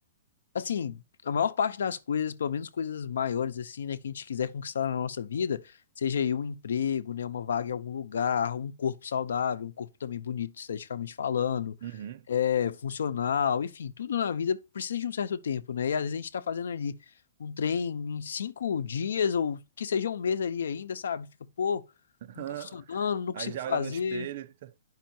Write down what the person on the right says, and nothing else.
uhum.
<laughs>
Aí já
olha no espelho, tá-